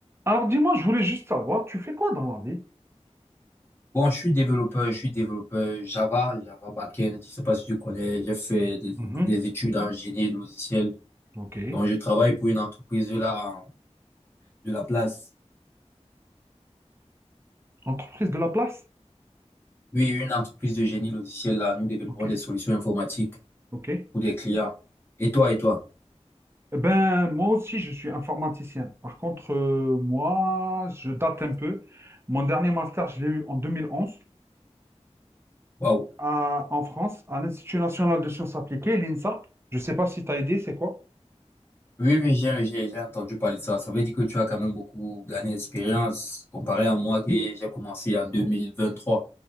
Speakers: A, on the right; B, on the left.
A: Alors dis-moi, je voulais juste savoir, tu fais quoi dans la vie?
B: Bon, je suis développeur, je suis développeur Java, Java backend. Je sais pas si tu connais, j'ai fait des,
A: Mhm,
B: éc- des études en génie logiciel.
A: Ok.
B: Donc, je travaille pour une entreprise là, en- de la place.
A: Entreprise de la place?
B: Oui, une entreprise de génie logiciel là. Nous développons
A: Ok,
B: des solutions informatiques
A: ok.
B: pour des clients. Et toi, et toi?
A: Eh ben, moi aussi, je suis informaticien. Par contre, euh, moi, je date un peu. Mon dernier master, je l'ai eu en 2011
B: Waouh.
A: à- en France, à l'Institut national de sciences appliquées, l'INSA. Je ne sais pas si tu as aidé, c'est quoi?
B: Oui, oui, j'ai, j'ai, j'ai entendu parler de ça. Ça veut dire que tu as quand même beaucoup d'années d'expérience comparé à moi qui j'ai commencé en 2023.